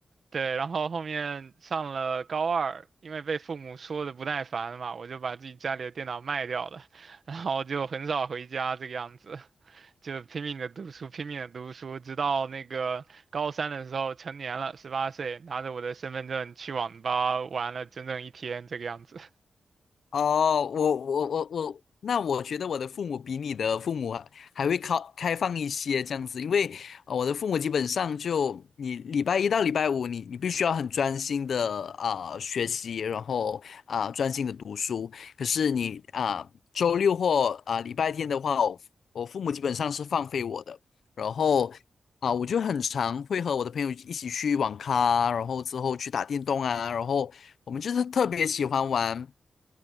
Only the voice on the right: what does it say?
对，然后后面上了高二，因为被父母说的不耐烦嘛，我就把自己家里的电脑卖掉了，然后就很少回家这个样子。就拼命的读书，拼命的读书，直到那个高三的时候成年了，十八岁，拿着我的身份证去网吧玩了整整一天，这个样子。